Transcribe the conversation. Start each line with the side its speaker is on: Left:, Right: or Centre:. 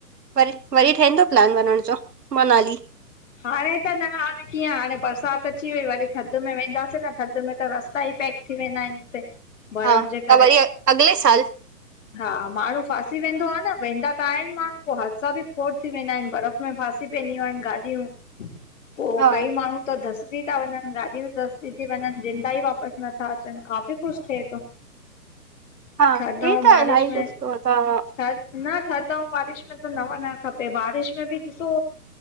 Right: वरी -वरी ठहिंदो प्लान वंञंण ॼो मनाली?
Left: हांणें त न हांणें कीअं हांणें बरसाति अची वई वरी थधि में वेंदासीं न थधि में त रस्ता ई पैक थी वेंदा आहिन हुते बर्फ़
Right: हा
Left: जे करे।
Right: त वरी अॻिले <inaudible>
Left: हा माण्हू फासी वेंदो आ न, वेंदा त आहिन माण्हू पोइ हादसा बि खोड़ थी वेंदा आहिन। बर्फ में फासी पेंदि आहिन गाॾियूं पो
Right: हा
Left: कई माण्हू, हूते धसजी था वञन, गाॾी धसजी थी वञन, ज़िंदा ई वापसि नथा अचनि, काफ़ी कुछ थिए थो।
Right: हा,
Left: थधि
Right: हे
Left: ऐं
Right: त
Left: बारिश
Right: इलाहि
Left: में
Right: कुझु तो। हा
Left: थधि न, थधि अऊं बारिश में त न वञणु खपे। बारिश में बि ॾिसो